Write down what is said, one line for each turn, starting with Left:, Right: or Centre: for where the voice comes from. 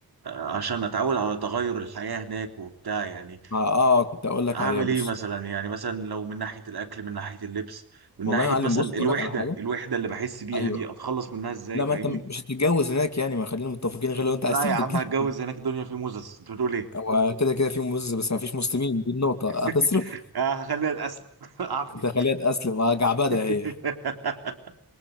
Right: آه عشان اتعود على تغير الحياه هناك وبتاع يعني
Left: ما آه كنت أقول لك
Right: اعمل
Left: عليها بص
Right: ايه مثلا يعني مثلا لو من ناحيه الاكل من ناحيه اللبس من
Left: والله
Right: ناحيه
Left: يا معلم
Right: مثلا
Left: بص
Right: الوحده
Left: أقول لك على حاجة
Right: الوحده اللي بحس بيها
Left: أيوه
Right: دي اتخلص منها ازاي
Left: لا
Right: فاهمني
Left: ما أنت مش هتتجوز هناك يعني ما خلينا متفقين غير لو أنت عايز
Right: لا
Left: تاخد
Right: يا عم
Left: الجنسية
Right: هتجوز هناك الدنيا في موزس انت بتقول ايه
Left: هو كده كده في موز بس ما فيش مسلمين دي النقطة
Right: <laughs>
Left: هتصرف
Right: آه، هخليها اتقسم <laughs> عافيه
Left: انت خليها تأسلم آه، جعبدة
Right: <laughs>
Left: هي